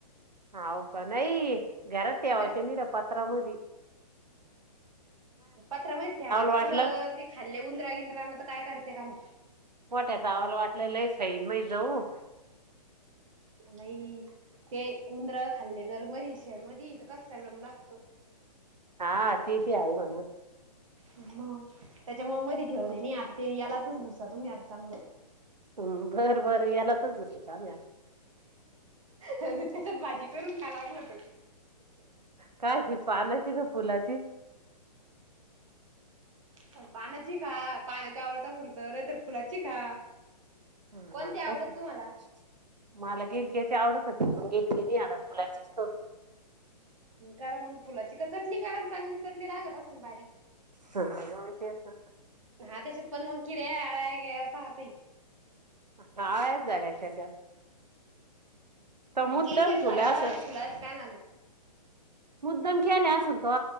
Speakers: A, on the right; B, on the right.
A: होव का नाही घरात यावाच्या
B: मध
A: निड्या पात्रामध्येध
B: पत्र माहहिती मला
A: वाटलं
B: कुठं ते खाल्ले उंदरा्या बिंद्रान तर काय करते का म
A: मोठ्या तवाल वाटले लई खई मही जाऊ
B: नाही ते उंदर खाल्ले जर मध शेड मध तर कस त्यालम लागतो.
A: हा तेती आ म्हण
B: मग त्याच्यामु मध्ये ठेवले नाही आता ते यालातच गुसा तुम्ही आता चांगलं
A: हम् बर बर यालातच हो जा-
B: त्यात भाजी करून का लागल तर
A: कायची पानाची का फुलाची
B: हो <unintelligible> पाण्याची खा पाण्याच्या आवडत असेल तर तर फुलाची खा
A: ह
B: कोणती
A: हा
B: आवडत
A: तस
B: तुम्हाला
A: मला गिलक्याची आवडतच घेत गेली आता फुलाचीच कर
B: कारण मग फुलाची का चटणी कण चांगली चटणी लागत अस भारी
A: हती <unintelligible>
B: हा त्याच्यात पण मग किडे आळा गे पहकरी
A: हा यच झालेच. तर मुद्दम
B: गिलक्यात
A: ठुले
B: झाल्या तेव्हा
A: अस
B: ते फुलाला काय झालं
A: मुद्दम ख्याले अस तो